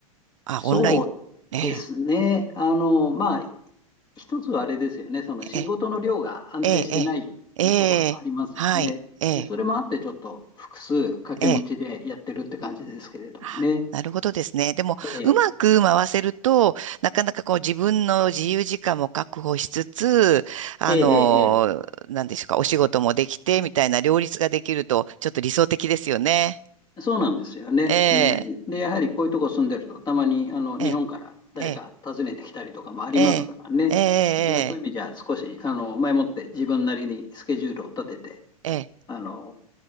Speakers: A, on the right; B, on the left.
A: あ、
B: そうですね、
A: オンライン。ええ、
B: あの、まあ、一つはあれですよね、その仕事の量が安定してないっていうところもありますよね。
A: ええ、ええ、ええ、ええはい、ええ、
B: で、それもあって、ちょっと複数掛け持ちでやってるって感じですけれどもね。
A: ええ。あなるほどですね。でも、
B: ええ
A: うまく回せると、なかなかこう自分の自由時間も確保しつつ、あの、
B: えええ
A: なんでしょうか、お仕事もできて、みたいな両立ができると、ちょっと理想的ですよね。
B: えそうなんですよね。
A: え
B: で、
A: え、
B: でやはりこういうとこ住んでると、たまにあの日本から誰か訪ねてきたりとかもありますからね。
A: ええ、ええ、ええ、ええ、
B: だからそういう意味じゃ、
A: ええ、
B: 少しあの前もって自分なりにスケジュールを立てて、
A: ええ
B: あの